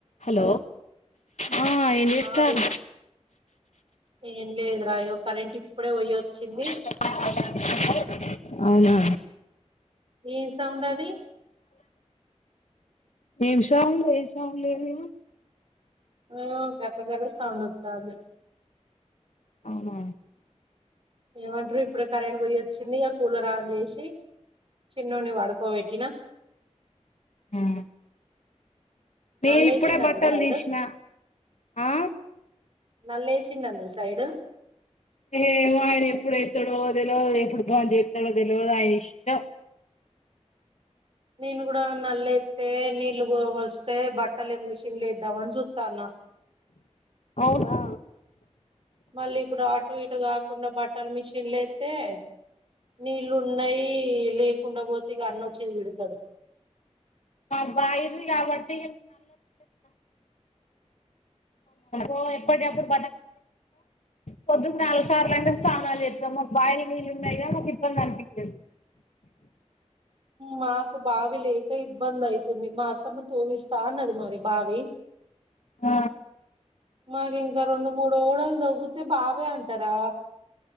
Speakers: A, on the left; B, on the right.
A: Hello ఆ ఏం చేస్తార్రు
B: ఆ విన్ ఏం లేదు రా ఇగో కరెంట్ ఇప్పుడే పొయ్యోచ్చింది
A: చెప్పండి <inaudible> అవునా
B: ఏం సౌండ్ అది
A: ఏం సౌండ్ ఏం సౌండ్ లేదు
B: ఆ గర్ర గర్ర సౌండ్ వత్తాంది
A: అవునా
B: ఏమంటరు ఇప్పుడే కరెంట్ పోయి ఒచ్చింది ఇగ కూలర్ ఆన్ చేశి చిన్నోడ్ పడుకోబెట్టిన
A: ఉం నేనిప్పుడే
B: నల్లేసిండా
A: బట్టలు
B: మీ సైడు
A: తీష్ణ ఆ
B: నల్లేశిండా మీ సైడ్
A: ఏమో ఆయన ఎప్పుడేత్తడో తెలువదు ఎప్పుడు బా చెత్తడో తెలువదు ఆయనిష్టం
B: నేను కుడా నల్లేత్తే నీళ్లు వస్తే బట్టలు మిషన్ లేద్దామని సూత్తాన
A: అవునా
B: మల్లిప్పుడు అటు ఇటు కాకుండ బట్టలు మిషిన్లెత్తే నీళ్లున్నయి లేకుండ పోతిగ అన్నొచ్చి తిడ్తడు
A: కాదు బాయిది కాబట్టి <inaudible> ఓ ఎప్పుటియప్పుడు పొద్దున్ నాలుగు సార్లైన సానాలు చెత్తం వాళ్ళు వీళ్ళు ఉన్నరుకద మాకిబ్బందనిపించింది
B: మాకు బావి లేక ఇబ్బందైతుంది మా అత్తమ్మ తోవిస్తా అన్నది మరి బావి
A: ఆ
B: మాకింక రెండు మూడు ఓడలు తొవ్వితే బావే అంటరా